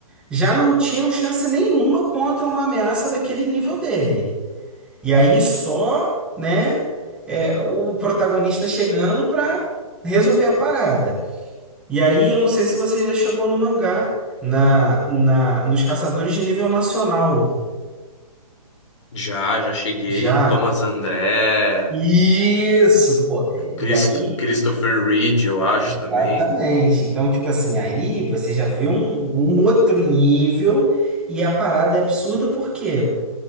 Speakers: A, in the centre; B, on the left.
A: já não tinham chance nenhuma contra uma ameaça daquele nível dele. E aí só, né, é, o protagonista chegando para resolver a parada. E aí, eu não sei se você já chegou no mangá, na, na, nos caçadores de nível nacional.
B: já, já cheguei.
A: Já.
B: Thomas André,
A: Isso, pô. É,
B: Christ-
A: E aí,
B: Christopher Reed, eu acho
A: exatamente.
B: também.
A: Então, tipo assim, aí você já vê um, um outro nível e a parada é absurda porque